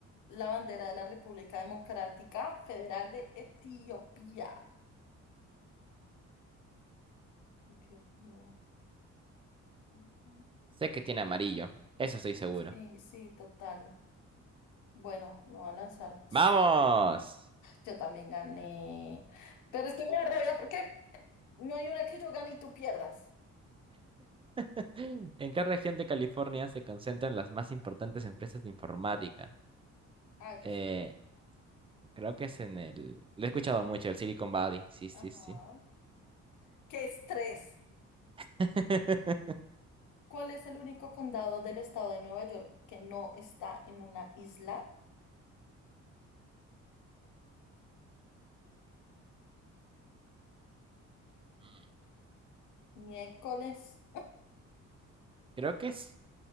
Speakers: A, on the left (about 80°); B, on the right (about 20°).
A: la bandera de la República Democrática Federal de Etiopía? Etiopía. Ujú.
B: Sé que tiene amarillo. Eso estoy seguro.
A: Sí, sí, total. Bueno, me va a lanzar. Ps,
B: ¡Vamos! <gasps>
A: Yo también gané. Pero es que me da rabia porque no hay una que yo gane y tú pierdas.
B: <laughs> ¿En qué región de California se concentran las más importantes empresas de informática?
A: Ah, yo
B: Eh,
A: sé.
B: creo que es en el... Lo he escuchado mucho, el Silicon Valley. Sí, sí,
A: Ajá.
B: sí.
A: ¿Qué estrés?
B: <laughs>
A: ¿Cuál es el único condado del estado de Nueva York que no está en una isla?
B: Mm,
A: Miércoles.
B: Creo que es...